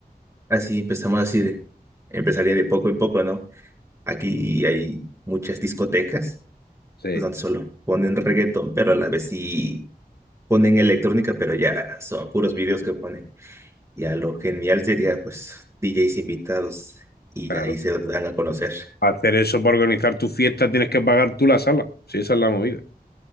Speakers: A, on the right (about 15°); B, on the left (about 80°).
A: Así empezamos así de, empezaría de poco en poco, ¿no? Aquí hay muchas discotecas
B: Sí,
A: pues, donde solo ponen reggaetón, pero a la vez sí ponen electrónica, pero ya son puros videos que ponen. Ya lo genial sería, pues, DJs invitados y
B: claro.
A: ya ahí se dan a conocer.
B: Para hacer eso, para organizar tu fiesta, tienes que pagar tú la sala. Sí, esa es la movida.